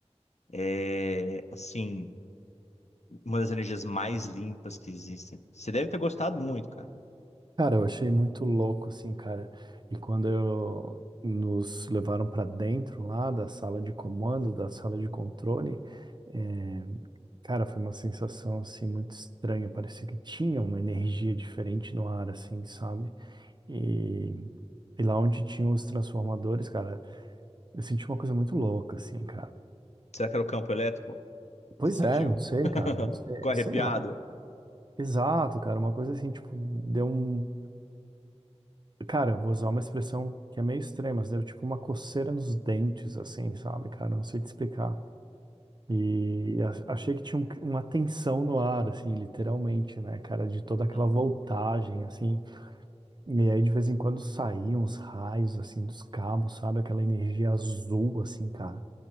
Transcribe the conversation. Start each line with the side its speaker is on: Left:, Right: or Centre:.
Left: é, assim, uma das energias mais limpas que existem. Você deve ter gostado muito, cara.
Right: Cara, eu achei muito louco, assim, cara. E quando eu- nos levaram pra dentro lá da sala de comando, da sala de controle, é, cara, foi uma sensação, assim, muito estranha. Parecia que tinha uma energia diferente no ar, assim, sabe? E, e lá onde tinha os transformadores, cara, eu senti uma coisa muito louca, assim, cara.
Left: Será que era o campo elétrico?
Right: Pois
Left: Você sentiu?
Right: é, não sei,
Left: <laughs>
Right: cara, não sei,
Left: Ficou
Right: é,
Left: arrepiado?
Right: sei lá. Exato, cara, uma coisa assim, tipo, deu um. Cara, eu vou usar uma expressão que é meio extrema, mas deu tipo uma coceira nos dentes, assim, sabe, cara? Não sei te explicar. E a- achei que tinha um- uma tensão no ar, assim, literalmente, né, cara, de toda aquela
Left: Uhum.
Right: voltagem, assim. E aí de vez em quando saíam os raios, assim, dos cabos, sabe? Aquela energia azul, assim, cara.